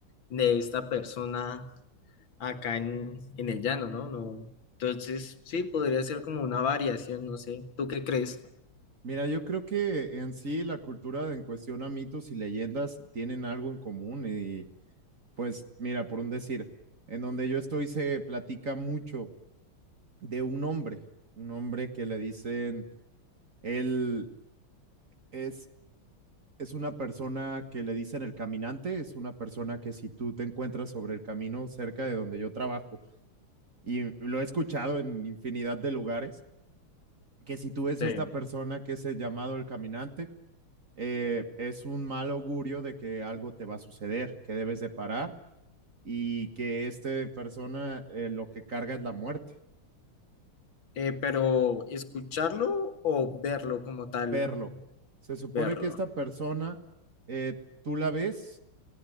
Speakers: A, on the left; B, on the right.
A: de esta persona acá en, en el llano, ¿no? No. Entonces, sí, podría ser como una variación, no sé. ¿Tú qué crees?
B: Mira, yo creo que en sí la cultura de en cuestión a mitos y leyendas tienen algo en común y pues mira, por un decir, en donde yo estoy se platica mucho de un hombre, un hombre que le dicen, él es, es una persona que le dicen el caminante, es una persona que si tú te encuentras sobre el camino cerca de donde yo trabajo y lo he escuchado en infinidad de lugares, que si tú ves
A: Sí.
B: a esta persona que es el llamado el caminante, eh, es un mal augurio de que algo te va a suceder, que debes de parar y que esta persona eh, lo que carga es la muerte,
A: Eh, pero escucharlo o verlo como tal,
B: verlo. Se supone
A: verlo.
B: que esta persona eh, tú la ves